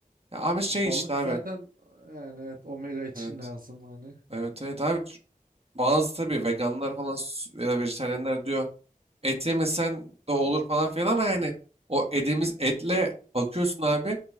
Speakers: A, on the right (about 45°); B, on the right (about 75°).
A: Ya abi şey
B: Balık
A: işte abi.
B: zaten yani evet omega için
A: Evet.
B: lazım hani.
A: Evet evet abi. Ç- Bazı tabii veganlar falan s- ya da vejetaryenler diyor et yemesen de olur falan filan ama yani o yediğimiz etle bakıyorsun abi